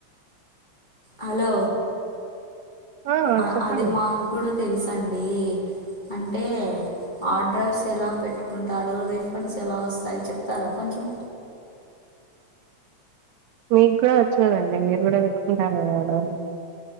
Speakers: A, on the left; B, on the right.
A: హలో
B: ఆ
A: అ
B: చెప్పండి
A: అది మాకు కూడా తెలుసండీ అంటే ఆర్డ్రైస్ ఎలా పెట్టుకుంటారు రీఫండ్స్ ఎలా వస్తాయి చెప్తారా కొంచెం
B: మీకు కూడా వచ్చు కదండి మీరు కూడా పెట్టుకుంటారు కదా ఆర్డర్